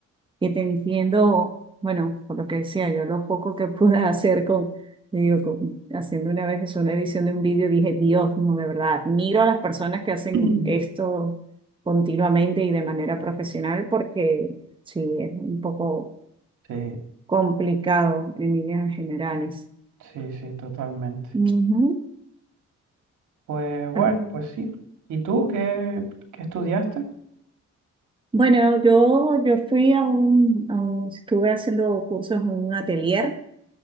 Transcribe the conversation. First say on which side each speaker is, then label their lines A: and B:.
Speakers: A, on the right; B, on the right.
A: que te entiendo, bueno, por lo que decía, yo lo poco que <laughs> pude hacer con, le digo, con- haciendo una vez eso, una edición de un vídeo, dije, Dios, no, de verdad, admiro a las personas que hacen
B: <clears throat>
A: esto continuamente y de manera profesional porque sí, es un poco
B: Sí,
A: complicado en líneas generales.
B: sí, sí, totalmente.
A: Ujú.
B: Pues bueno,
A: Ah,
B: pues sí. ¿Y tú qué, qué estudiaste?
A: Bueno, yo, yo fui a un, a un- estuve haciendo cursos en un atelier